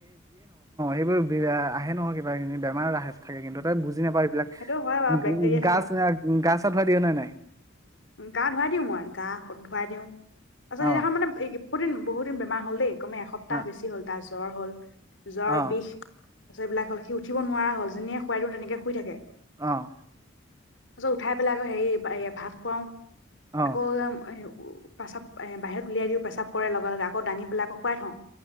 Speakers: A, on the right (about 15°); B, on the left (about 70°).
A: এইবোৰ আহে নহয় কিবাকিবি বেমাৰ আহে থাকে কিন্তু তাই বুজি নাপায় এইবিলাক,
B: সেইটো হয় বাৰু
A: উ
B: বেক্টেৰিয়া
A: গাছ
B: থাকে
A: - গা চা ধুৱাই দিয়ে নে নাই?
B: গা ধুৱাই দিও মই, গা ধুৱাই দিওঁ। আচ্ছা
A: অ
B: সেইদিনাখন মানে বহুদিন - বহুদিন বেমাৰ হ'ল দেই। কমে এসপ্তাহ
A: অ
B: বেছি হ'ল তাৰ জ্বৰ হ'ল। জ্বৰ,
A: অ
B: বিষ। তাপিছত এইবিলাক হ'ল সি উঠিব নোৱাৰা হ'ল, যেনিয়ে শুৱাই দিও তেনেকে শুই থাকে।
A: অ'
B: তাৰপিছত উঠাই পেলাই আকৌ হেৰি ভাত খুৱাওঁ
A: অ
B: আকৌ উ পেচাব এ বাহিৰত উলিয়াই দিও পেচাব কৰে লগে লগে, আকৌ দাঙি পেলাই আকৌ শুৱাই থওঁ।